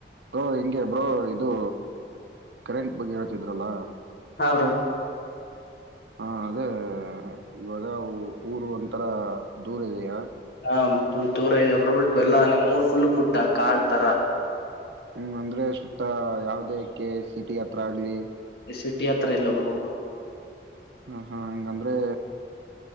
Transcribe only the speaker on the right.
ಬ್ರೋ ಹಿಂಗೆ ಬ್ರೋ ಇದು ಕರೆಂಟ್ ಬಗ್ಗೆ ಹೇಳ್ತಿದ್ರಲ್ಲ
ಹಾ ಅದೇ ಇವತ್ತು ಊರು ಒಂತರ ದೂರ ಇದೆಯಾ?
ಹ್ಮ್ ಅಂದ್ರೆ ಸುತ್ತ ಯಾವದಕ್ಕೆ ಸಿಟಿ ಹತ್ರ ಆಗ್ಲಿ
ಹಾ ಹಾ ಹಂಗಂದ್ರೆ